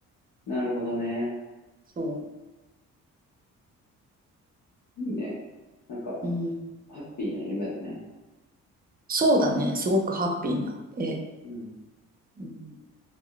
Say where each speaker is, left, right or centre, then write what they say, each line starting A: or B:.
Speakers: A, on the left; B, on the right.
A: なるほどね。
B: そ
A: いいね。なんか、
B: う。うん。
A: ハッピーな夢だね。
B: そうだね、すごくハッピーな絵。
A: うん。
B: うん。